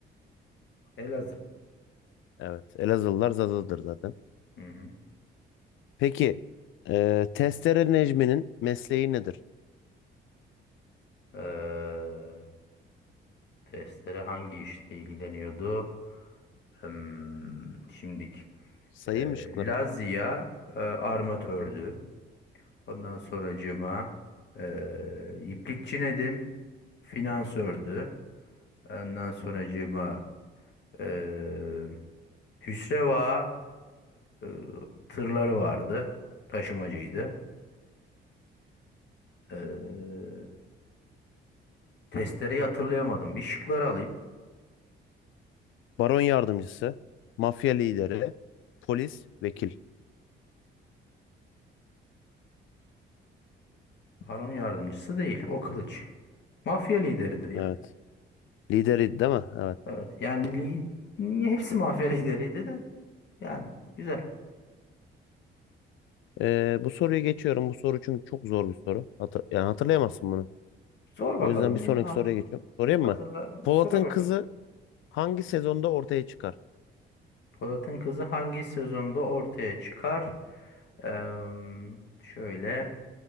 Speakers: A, on the left; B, on the left.
A: Elazığ.
B: Evet, Elazığlılar Zaza'dır zaten.
A: Hı
B: Peki eee Testere Necmi'nin mesleği nedir?
A: hı. Testere hangi işle ilgileniyordu? Hmm, şimdik.
B: Sayayım
A: Ee,
B: mı şıkları?
A: Lazia e, armatördü. Ondan sonracığıma e, iplikçi Nedim finansördü. Ondan sonracığıma e, Hüsreva e, tırları vardı. Taşımacıydı. E, testereyi hatırlayamadım. Bir şıkları alayım.
B: Baron yardımcısı, mafya lideri, polis, vekil.
A: Baron yardımcısı değil. O kılıç. Mafya lideridir ya.
B: Evet. Lideri değil mi? Evet.
A: Evet. Yani li- hepsi mafya lideriydi de. Yani güzel.
B: Ee, bu soruyu geçiyorum. Bu soru çünkü çok zor bir soru. Hatır- yani hatırlayamazsın bunu.
A: Sor
B: O
A: bakalım
B: yüzden bir sonraki
A: yine. Hat,
B: soruya geçiyorum. Sorayım
A: hatırla.
B: mı? Polat'ın
A: Sor bakalım.
B: kızı hangi sezonda ortaya çıkar?
A: Polat'ın kızı hangi sezonda ortaya çıkar? Eee, şöyle.